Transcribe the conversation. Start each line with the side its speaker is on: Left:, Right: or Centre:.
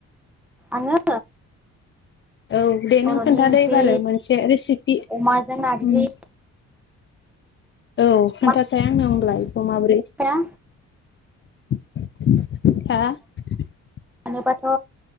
Centre: आङो
Left: औ दे नों
Centre: बर'नि
Left: खोनथादो
Centre: ओंख्रि
Left: एबारो मोनसे रेसिपि
Centre: अमाजों नारजि
Left: ओम औ खोनथासै
Centre: अमा
Left: आंनो होनोमलाय बेखौ माब्रै
Centre: जाया
Left: हा
Centre: सङोबाथ'